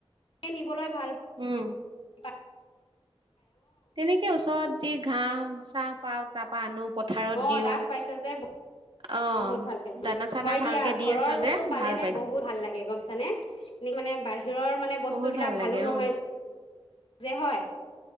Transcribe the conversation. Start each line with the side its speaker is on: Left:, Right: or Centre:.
Left: নিবলৈ ভাল
Right: উম
Left: পা
Right: তেনেকে ওচৰত যি <unintelligible> তাৰ পৰা আনো। পথাৰত
Left: অ
Right: দিওঁ
Left: ডাঠ পাইছে যে
Right: অ
Left: বহুত ভাল পাইছে,
Right: দানা চানা
Left: হয়
Right: ভালকে
Left: দিয়া
Right: দি
Left: ঘৰৰ
Right: আছো
Left: বস্তু
Right: যে
Left: পালে
Right: ভাল
Left: নে
Right: পাইছে
Left: বহুত ভাল লাগে গম পাইছানে? এনে মানে বাহিৰৰ মানে- বস্তুবিলাক
Right: বহুত ভাল
Left: ভালো
Right: লাগে
Left: নহয়
Right: অ
Left: যে হয়।